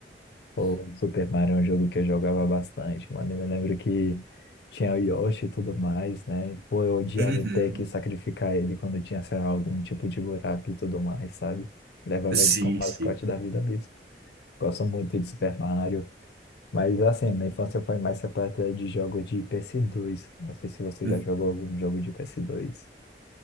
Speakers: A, on the left; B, on the right.
A: O Super Mario é um jogo que eu jogava bastante, mano. Eu me lembro que tinha o Yoshi e tudo mais, né? Pô, eu odiava
B: Uhum.
A: ter que sacrificar ele quando tinha, sei lá, algum tipo de buraco e tudo mais, sabe? Levava
B: Sim,
A: ele como mascote
B: sim.
A: da vida mesmo. Gosto muito de Super Mario. Mas assim, minha infância foi mais repleta de jogos de ps dois. Não sei se você
B: É.
A: já jogou algum jogo de ps dois.